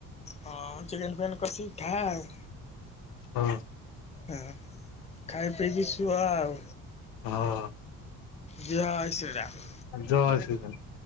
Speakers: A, on the left; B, on the left.
A: ହଁ ଚିକେନ ଫିକେନ କସିକି ଖା ଆଉ।
B: ହଁ।
A: ହଁ ଖାଇ ପିଇକିି ଶୁଅ ଆଉ।
B: ହଁ
A: ଯଏ ଶ୍ରୀ ରାମ।
B: ଜୟ ଶ୍ରୀ ରାମ।